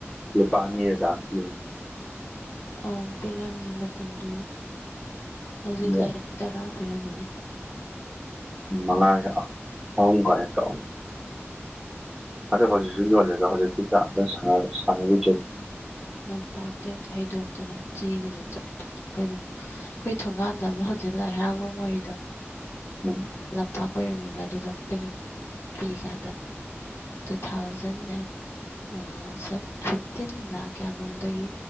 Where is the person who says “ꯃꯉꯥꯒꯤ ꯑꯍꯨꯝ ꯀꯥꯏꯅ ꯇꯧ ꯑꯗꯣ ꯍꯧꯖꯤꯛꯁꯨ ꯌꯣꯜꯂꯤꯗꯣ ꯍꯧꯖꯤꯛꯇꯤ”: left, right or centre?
Centre